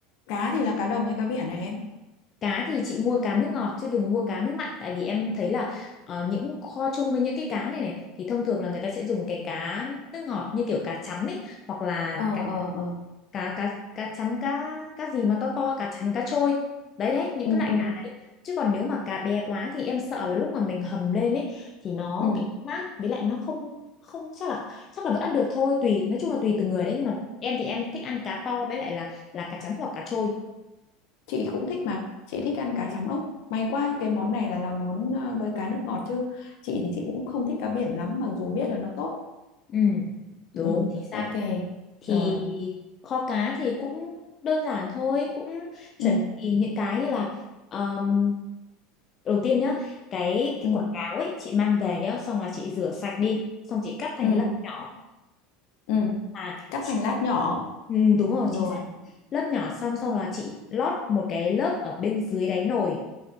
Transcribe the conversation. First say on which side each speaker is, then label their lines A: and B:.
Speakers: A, on the left; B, on the left.
A: cá thì là cá đồng hay cá biển này em
B: Cá thì chị mua cá nước ngọt chứ đừng mua cá nước mặn tại vì em thấy là ờ, những kho chung với những cái cá này này thì thông thường là người ta sẽ dùng cái cá nước ngọt như kiểu cá chấm ấy hoặc là
A: ờ
B: cá
A: ờ ờ
B: cá cá cá chấm cá cá gì mà to to cá chấm cá trôi đấy đấy những
A: ừ
B: cái loại
A: ừ
B: cá đấy chứ còn nếu mà cá bé quá thì em sợ là lúc mà mình hầm lên ấy thì nó
A: ừ
B: bị mát với lại nó không không chắc là chắc là vẫn ăn được thôi tùy nói chung là tùy từng người đấy nhưng mà em thì em thích ăn cá to với lại là là cá chấm hoặc cá trôi
A: chị cũng thích mà chị thích ăn cá chấm ốc may quá cái món này là làm món à, với cá nước ngọt chứ chị thì chị cũng không thích cá biển lắm mặc dù biết là nó tốt
B: ừ đúng
A: ừ
B: thì sao
A: ok
B: thì
A: rồi
B: kho cá thì cũng đơn giản thôi cũng chuẩn
A: ừ
B: bị những cái như là um, đầu tiên nhá cái, cái
A: ừ
B: quả cáo ấy chị mang về nhá xong rồi chị rửa sạch đi xong chị cắt thành
A: ừ
B: lớp nhỏ
A: ừ
B: à
A: cắt
B: chị-
A: thành lát nhỏ
B: ừ, đúng rồi
A: rồi
B: chính xác lớp nhỏ xong xong là chị lót một cái lớp ở bên dưới đáy nồi